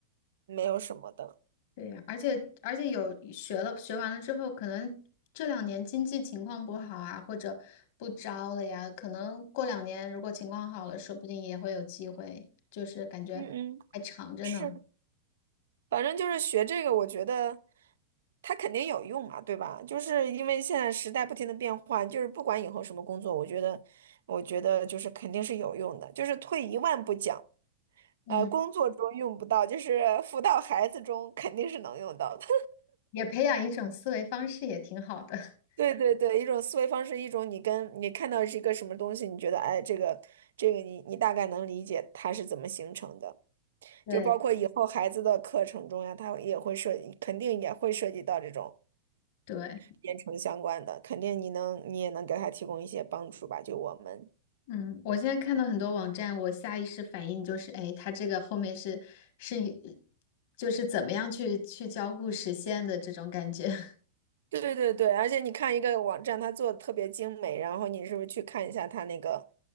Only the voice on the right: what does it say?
没有什么的。
嗯嗯，是，反正就是学这个，我觉得它肯定有用嘛，对吧？就是因为现在时代不停的变换，就是不管以后什么工作，我觉得我觉得就是肯定是有用的，就是退一万步讲，
呃，工作中用不到，就是 <laughs> 辅导孩子中肯定是能用到的。
对对对，一种思维方式，一种你跟你看到是一个什么东西，你觉得哎，这个这个你你大概能理解它是怎么形成的，
就包括以后孩子的课程中呀，他也会涉，肯定也会涉及到这种
编程相关的，肯定你能你也能给他提供一些帮助吧，就我们。
对对对对，而且你看一个网站，它做的特别精美，然后你是不是去看一下它那个，